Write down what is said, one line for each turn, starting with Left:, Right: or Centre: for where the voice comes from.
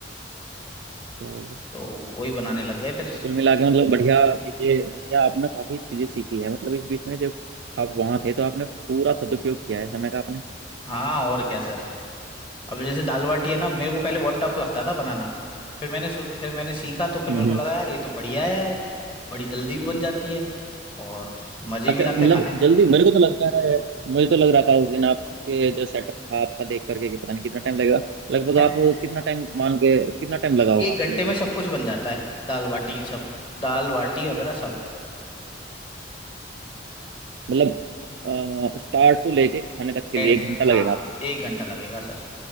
Right: चलो
Left: तो वही बनाने लग गए फिर
Right: तो कुल मिला के मतलब बढ़िया चीज़ें या आपने काफ़ी चीज़ें सीखी है मतलब इस बीच में जब आप वहाँ थे तो आपने पूरा सदुपयोग किया है समय का आपने
Left: हाँ और क्या सर अब जैसे दाल बाटी है ना मेरे को पहले बहुत टफ लगता था बनाना फिर मैंने सु- फिर मैंने सीखा तो फिर
Right: हम्म
Left: मेरे को लगा यार ये तो बढ़िया है यार बड़ी जल्दी भी बन जाती है और मजे
Right: अच्छा
Left: भी आते
Right: मतलब
Left: हैं खाने में
Right: जल्दी मेरे को तो लगता है मुझे तो लग रहा था उस दिन आपके जो सेटअप था आपका देख करके कि पता नहीं कितना टाइम लगेगा लगभग
Left: <laughs>
Right: आप कितना टाइम मान के कितना टाइम लगा होगा
Left: एक
Right: आपको
Left: घंटे
Right: मतलब
Left: में सब कुछ बन जाता है दाल बाटी सब दाल बाटी वगैरह सब
Right: मतलब स्टार्ट टू लेके खाने तक के
Left: एंड
Right: लिए एक
Left: तक
Right: घंटा लगेगा
Left: हाँ
Right: आपको
Left: एक घंटा लगेगा सर